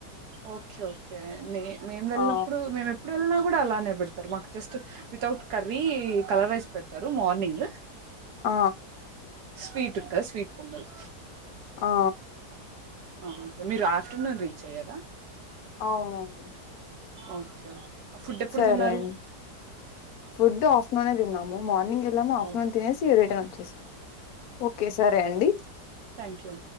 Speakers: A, on the right (about 70°); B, on the left (about 65°).
A: ఓకే ఓకే నే మేం వెళ్ళినప్పుడు
B: ఆ
A: మేము ఎప్పుడు వెళ్ళిన కూడా అలానే పెడతారు. మాకు just without curry, colour rice పెడతారు మార్నింగ్.
B: ఆ
A: స్వీటుంటది స్వీట్ పొంగల్
B: ఆ
A: ఓకే మీరు ఆఫ్టర్నూన్ రీచ్ అయ్యారా?
B: అవునవును
A: ఓకే ఓకే ఫుడ్ ఎప్పుడు
B: సరే
A: తిన్నారు
B: అండి ఫుడ్ ఆఫ్టర్నూనే తిన్నాము. మార్నింగ్ వెళ్ళాము, ఆఫ్టర్నూన్
A: ఓకే
B: తినేసి రిటర్న్ వచ్చేసాము. ఓకే సరే అండి
A: థ్యాంక్ యూ